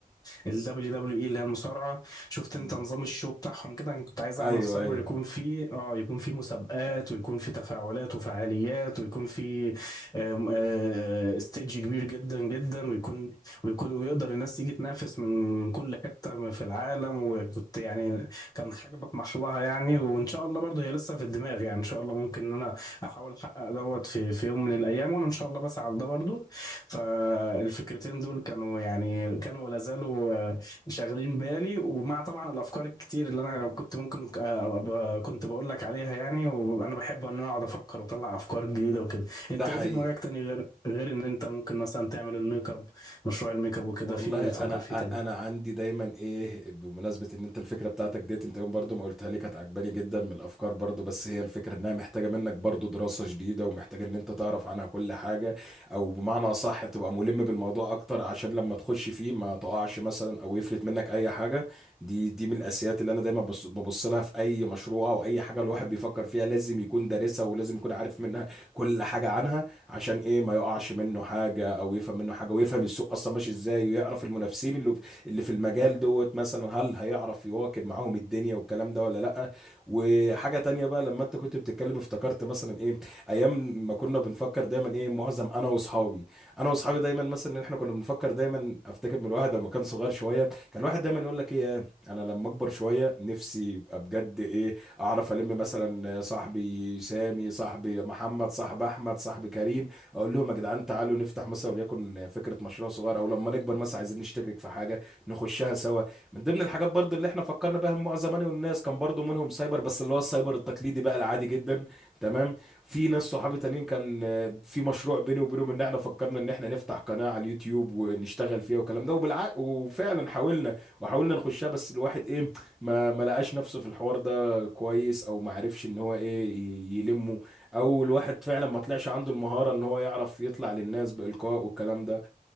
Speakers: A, on the left; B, in the centre.
A: ال WWE اللي هي المصارعة شفت
B: مم.
A: انت نظام الشو بتاعهم كده انا كنت عايز
B: ايوه
A: اعمل سايبر
B: ايوه
A: يكون فيه اه يكون فيه مسابقات ويكون فيه تفاعلات وفعاليات ويكون فيه آم، آه، ستيدج كبير جدا جدا ويكون ويكون ويقدر الناس تيجي تنافس من كل حتة في العالم وكنت يعني كان حاجة بطمح لها يعني وان شاء الله برضه هي لسه في الدماغ يعني ان شاء الله ممكن ان انا احاول احقق دوت في في يوم من الايام وانا ان شاء الله بسعى لده برضه فالفكرتين دول كانوا يعني كانوا ولا زالوا آه، شاغلين بالي ومع طبعا الافكار الكتير اللي انا كنت ممكن آه، أبقى- كنت بقول لك عليها يعني وانا بحب ان انا اقعد افكر واطلع افكار جديده وكده
B: ده
A: انت
B: حقيقي
A: ايه في دماغك تاني غير غير ان انت ممكن مثلا تعمل الميك اب مشروع الميك اب وكده
B: والله
A: في ايه بتفكر
B: انا
A: فيه تاني
B: انا عندي دايما ايه بمناسبه ان انت الفكره بتاعتك ديت انت يوم برضو ما قلتها لي كانت عجباني جدا من الافكار برضو بس هي الفكره انها محتاجه منك برضو دراسه جديده ومحتاجه ان انت تعرف عنها كل حاجه او بمعنى اصح تبقى ملم بالموضوع اكتر عشان لما تخش فيه ما تقعش مثلا او يفلت منك اي حاجه دي دي من الاساسيات اللي انا دايما بص- ببص لها في اي مشروع او اي حاجه الواحد بيفكر فيها لازم يكون دارسها ولازم يكون عارف منها كل حاجه عنها عشان ايه ما يقعش منه حاجه او يفهم منه حاجه ويفهم السوق اصلا ماشي ازاي ويعرف المنافسين اللي اللي في المجال دوت مثلا هل هيعرف يواكب معاهم الدنيا والكلام ده ولا لا وحاجه تانية بقى لما انت كنت بتتكلم افتكرت مثلا ايه ايام ما كنا بنفكر دايما ايه معظم انا واصحابي انا واصحابي دايما مثلا إن احنا كنا بنفكر دايما افتكر من الواحد لما كان صغير شويه كان الواحد دايما يقول لك ايه انا لما اكبر شويه نفسي يبقى بجد ايه اعرف الم مثلا صاحبي سامي صاحبي محمد صاحب احمد صاحب كريم اقول لهم يا جدعان تعالوا نفتح مثلا وليكن فكره مشروع صغير او لما نكبر مثلا عايزين نشترك في حاجه نخشها سوا من ضمن الحاجات برضو اللي احنا فكرنا بها مجموعه زماني والناس كان برضو منهم سايبر بس اللي هو السايبر التقليدي بقى العادي جدا تمام في ناس صحابي تانيين كان آه، في مشروع بيني وبينهم ان احنا فكرنا ان احنا نفتح قناه على اليوتيوب ونشتغل فيها والكلام ده وبالع... وفعلا حاولنا وحاولنا نخشها بس الواحد ايه ما ما لقاش نفسه في الحوار ده كده كويس او ما عرفش ان هو ايه ي- يلمه او الواحد فعلا ما طلعش عنده المهارة ان هو يعرف يطلع للناس بإلقاء والكلام ده